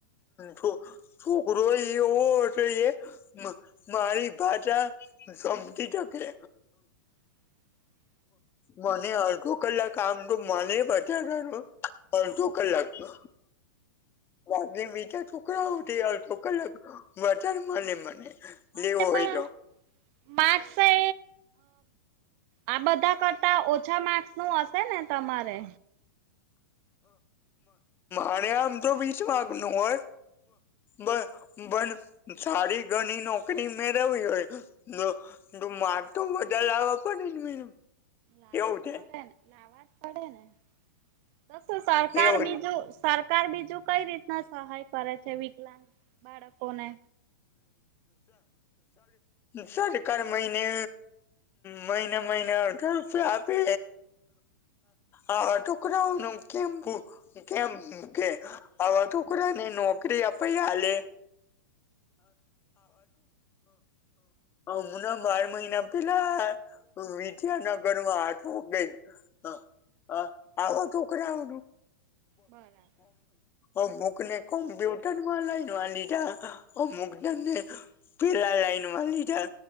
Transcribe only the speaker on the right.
<inaudible>
હા
તે પણ
માગસ એ આ બધા કરતા ઓછા માર્ક્સનું હશે ને તમારે?
લાવવા
જ
પડેને લાવવા જ પડે ને તો શું સરકાર
બીજું સરકાર બીજું કઈ રીતના સહાય કરે છે, વિકલાંગ બાળકોને?
બરાબર